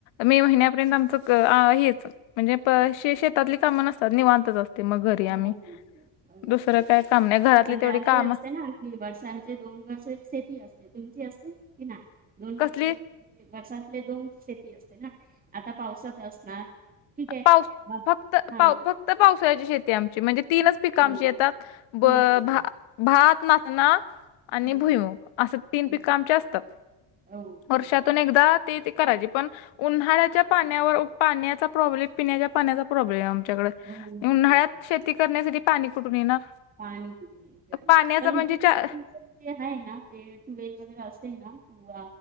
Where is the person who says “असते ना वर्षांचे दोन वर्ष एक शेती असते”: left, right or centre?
Right